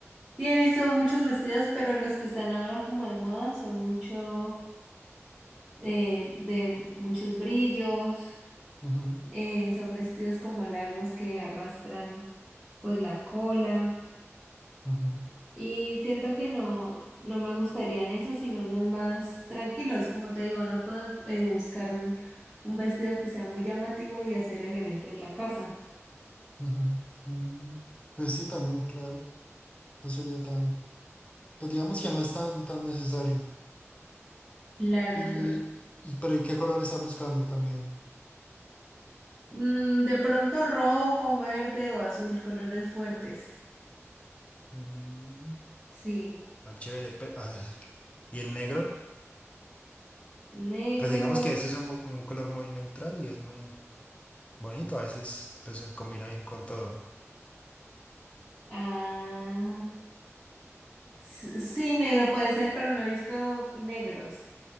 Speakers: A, in the centre; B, on the left.
A: Sí, he visto muchos vestidos, pero los que están ahora como de moda son mucho eh, de muchos brillos,
B: Ujú,
A: eh, son vestidos como largos que arrastran pues la cola.
B: ujú,
A: Y siento que no, no me gustarían esos, sino unos más tranquilos. Como te digo, no puedo eh, buscar un, un vestido que sea muy llamativo y hacer el evento en la casa.
B: ujú. Mm, Pues sí, también, claro. No sería tan... Pues digamos que no es tan, tan necesario.
A: Claro,
B: Y,
A: entonces.
B: y, pero ¿y qué color está buscando también?
A: mm, de pronto rojo, verde o azul, colores fuertes.
B: Mm,
A: Sí.
B: ah, chévere. pero, ah, ¿y el negro?
A: Negro.
B: Pues digamos que ese es un, bo- un color muy neutral y es muy bonito. A veces pues, se combina bien con todo.
A: Ah, s- sí, negro puede ser, pero no he visto negros.